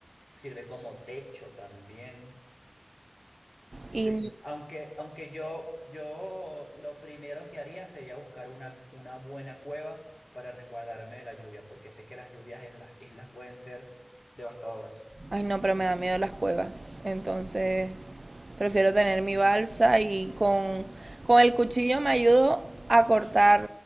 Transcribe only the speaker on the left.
sirve como techo también. Sí,
aunque, aunque yo, yo lo primero que haría sería buscar una, una buena cueva para resguardarme de la lluvia, porque sé que las lluvias en las islas pueden ser devastadoras.